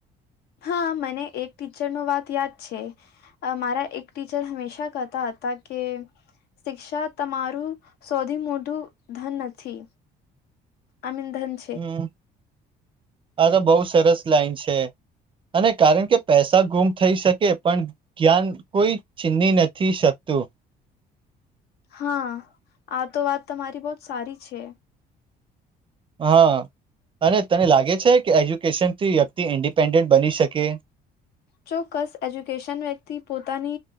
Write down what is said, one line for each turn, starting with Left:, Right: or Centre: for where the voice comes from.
Left: હા મને એક ટીચર નો વાત યાદ છે. અ મારા એક ટીચર હંમેશા કતા હતા કે. શિક્ષા તમારું સૌથી મોટું ધન નથી. આમંદ <inaudible>
Right: હમ આ તો બહુ સરસ લાઈન છે. અને કારણ કે પૈસા ગુમ થઈ શકે પણ જ્ઞાન કોઈ ચીની નથી શકતું
Left: હા આ તો વાત તમારી બહુંત સારી છે
Right: હા અને તને લાગે છે કે એજ્યુકેશન થી વ્યક્તિ ઇન્ડિપેન્ડન્ટ બની શકે?
Left: ચોક્કસ એજ્યુકેશન વ્યક્તિ પોતાની